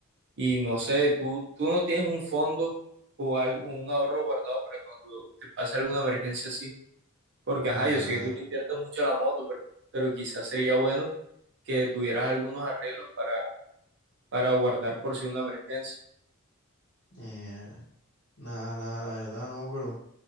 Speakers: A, on the right; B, on the left.
A: Y no sé, tú, tú no tienes un fondo o algo, un ahorro guardado para cuando te pase alguna emergencia así, porque
B: nada,
A: ajá, yo sé que tú le inviertes mucho a la moto, pero, pero quizás sería bueno que tuvieras algunos arreglos para, para guardar por si una emergencia.
B: eh, nada, nada, la verdad no, pero.